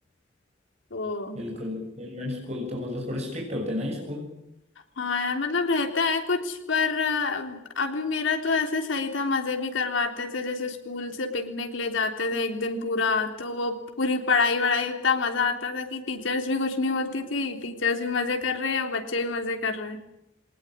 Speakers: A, on the left (about 85°); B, on the right (about 35°).
A: तो
B: बिल्कुल कॉन्वेंट स्कूल तो मतलब थोड़े स्ट्रिक्ट होते हैं ना ये स्कूल
A: हाँ यार मतलब रहता है कुछ पर अ, अभी मेरा तो ऐसे सही था मजे भी करवाते थे जैसे स्कूल से पिकनिक ले जाते थे एक दिन पूरा तो वो पूरी पढ़ाई वढ़ाई इतना मजा आता था कि टीचर्स भी कुछ नहीं बोलती थी टीचर्स भी मजे कर रहे हैं और बच्चे भी मजे कर रहे हैं